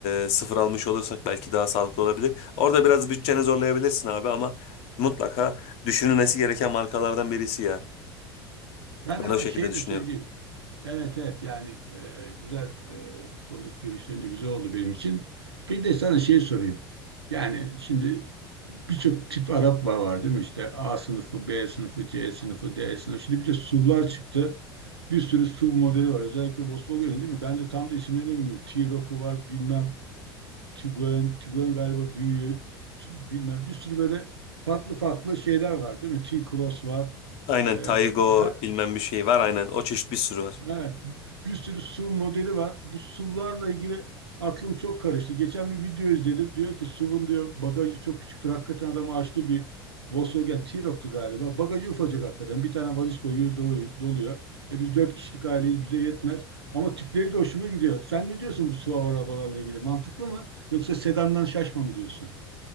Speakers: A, on the left; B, on the right.
A: e, sıfır almış olursak belki daha sağlıklı olabilir. Orada biraz bütçeni zorlayabilirsin abi ama mutlaka düşünülmesi gereken markalardan birisi ya.
B: Ben
A: Ben
B: ama
A: o şekilde
B: şey
A: düşünüyorum.
B: de söyleyeyim. Evet evet yani e, güzel e, bu konudaki görüşlerin de güzel oldu benim için. Bir de sana şey sorayım. Yani şimdi birçok tip Arap var değil mi? İşte A sınıfı, B sınıfı, C sınıfı, D sınıfı. Şimdi bir de SUV'lar çıktı. Bir sürü SUV modeli var. Özellikle Volkswagen'in değil mi? Ben de tam da isimlerini bilmiyorum. T-Roc'u var bilmem. Tiguan, Tiguan galiba büyüğü. t- Bilmem bir sürü böyle farklı farklı şeyler var değil mi? T-Cross var.
A: Aynen
B: Ee,
A: Taygo
B: her,
A: bilmem bir şey var aynen o çeşit bir sürü var.
B: Evet, bir sürü SUV modeli var. Bu SUV'larla ilgili aklım çok karıştı. Geçen bir video izledim. Diyor ki SUV'un diyor bagajı çok küçüktür. Hakikaten adam açtı bir Volkswagen T-Roc'tu galiba. Bagajı ufacık hakikaten. Bir tane valiz koyuyor, dolu- doluyor. E biz dört kişilik aileyiz, bize yetmez. Ama tipleri de hoşuma gidiyor. Sen ne diyorsun bu SUV arabalarla ilgili? Mantıklı mı? Yoksa sedandan şaşma mı diyorsun?